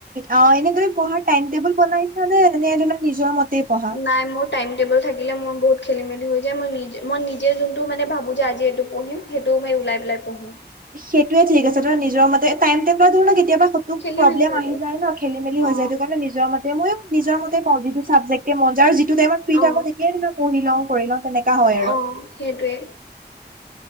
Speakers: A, on the right (about 50°); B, on the left (about 85°).
A: অ', এনে তুমি পঢ়াৰ টাইম-টেবুল বনাইছা নে এনে তোমাৰ নিজৰ মতেই পঢ়া?
B: নাই মোৰ টাইম-টেবুল থাকিলে মোৰ বহুত খেলিমেলি হৈ যায়। মই নিজে, মই নিজে যোনটো মানে ভাবোঁ যে আজি এইটো- পঢ়িম, সেইটো মই উলাই পেলাই পঢ়ো।
A: সেইটোয়ে ঠিক আছে। ধৰা নিজৰ মতে টাইমটো বা ধৰি ল' কেতিয়াবা স - তুক
B: খেলি
A: প্ৰব্লেম
B: মেলি হৈ
A: আহি যায় ন' খেলিমেলি হৈ
B: অ
A: যায়। এইটো কাৰণে নিজৰ মতে, মইয়ো নিজৰ মতে কওঁ, যিটো চাবজেক্ট- এ মন যায়। আৰু যিটো টাইমত ফ্ৰী
B: অ
A: থাকোঁ তেতিয়াই যেনিবা পঢ়ি লওঁ-কৰি লওঁ তেনেকা হয় আৰু।
B: অ সেইটোৱে।